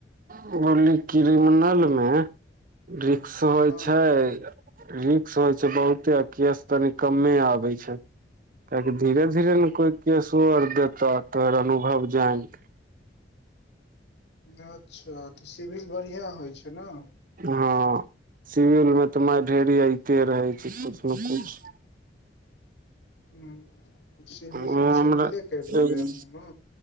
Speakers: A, on the right; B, on the left.
A: बोली क्रिमनल मे रिक्श होय
B: हँ
A: छै। रिक्स होय छै बहुते आ केश तनि कमे आबै छै। काएकि धीरे-धीरे ने कोई केसो आर देतऽ तोहर अनुभव जाएन के।
B: अच्छा तऽ सिविल बढ़ियाँ होय छै ना।
A: हां सिविल मे तऽ मार ढेरी ऐते रहै छै कुछ नऽ कुछ।
B: हुं सिभिल
A: हमरा
B: मे सिभिले कैर लेबै हमु ना।